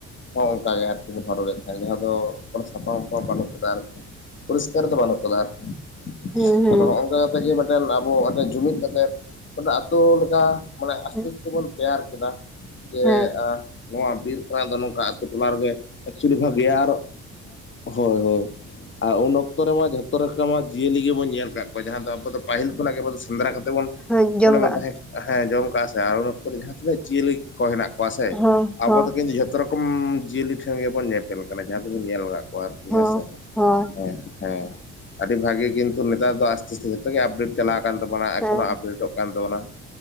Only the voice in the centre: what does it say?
ᱦᱮᱸ ᱦᱮᱸ
ᱦᱮᱸ
ᱦᱮᱸ
ᱦᱮᱸ ᱡᱚᱢ
ᱠᱟᱜᱼᱟ
ᱦᱚᱸ
ᱦᱚᱸ
ᱦᱚᱸ
ᱦᱳᱭ
ᱦᱮᱸ